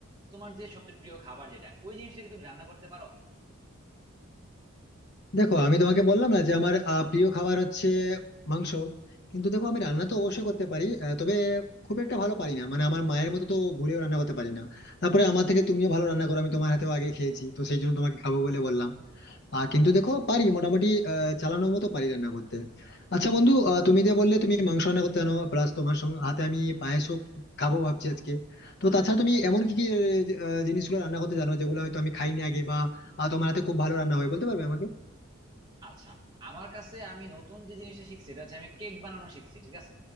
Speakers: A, on the right; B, on the left.
A: তোমার যে সবচেয়ে প্রিয় খাবার যেটা ওই জিনিসটা কি তুমি রান্না করতে পারো
B: দেখো আমি তোমাকে বললাম না যে আমার আহ, প্রিয় খাবার হচ্ছে মাংস কিন্তু দেখো আমি রান্না তো অবশ্যই করতে পারি আহ, তবে খুব একটা ভালো পারি না মানে আমার মায়ের মতো তো ভুলেও রান্না করতে পারি না তারপরে আমার থেকে তুমিও ভালো রান্না করো আমি তোমার হাতেও আগে খেয়েছি তো সেই জন্য তোমাকে খাবো বলে বললাম আহ কিন্তু দেখো পারি মোটামুটি আহ চালানোর মতো পারি রান্না করতে আচ্ছা বন্ধু আহ, তুমি যে বললে তুমি মাংস রান্না করতে জানো প্লাস তোমার সঙ্গে হাতে আমি পায়েসও খাবো ভাবছি আজকে তো তাছাড়া তুমি এমন কি কি আহ, জিনিসগুলো রান্না করতে জানো যেগুলো হয়তো আমি খাইনি আগে বা আহ, তোমার হাতে খুব ভালো রান্না হয় বলতে পারবে আমাকে
A: আচ্ছা আমার কাছে আমি নতুন যে জিনিসটা শিখছি এটা হচ্ছে আমি কেক বানানো শিখছি ঠিক আছে